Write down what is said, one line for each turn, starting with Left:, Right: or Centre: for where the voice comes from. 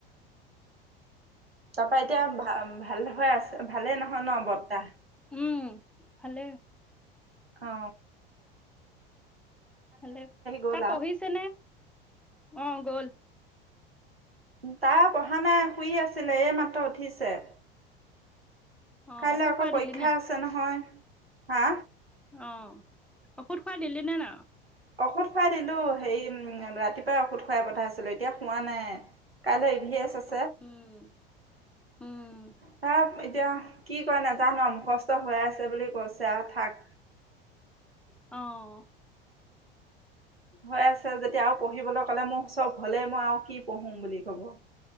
Right: তাৰপা, এতিয়া ভা ভা ভালে হয় আছে, ভালে নহ ন বর্ত্তা?
Centre: উম, ভালে।
Right: অঁ।
Centre: ভালে।
Right: গ'ল
Centre: তাই
Right: আও
Centre: পহিছে নে? অ গ'ল।
Right: তাৰ পঢ়া নাই, শুই আছিলে, এই মাত্ৰ উঠিছে।
Centre: অ ঔষধ
Right: কাইলৈ
Centre: খুৱাই
Right: আকৌ পৰীক্ষা
Centre: দিলি
Right: আছে নহয়। হা?
Centre: অঁ, ঔষধ খোৱা দিলি নে ন?
Right: ঔষধ খোৱাই দিলো, হেৰি উম ৰাতিপুৱাই ঔষধ খুৱাই পঠাই আছিলো, এতিয়া খোৱা নাই, কাইলৈ ই-ভি-এছ আছে।
Centre: উম, উম।
Right: তাক এতিয়া কি কৰা নাজানো মুখস্থ হৈ আছে বুলি কৈছে আৰু থাক।
Centre: অ'।
Right: হৈ আছে যেতিয়া আৰু পঢ়িবলৈ ক'লে মোৰ চব হ'লেই মই আৰু কি পঢ়োম বুলি ক'ব।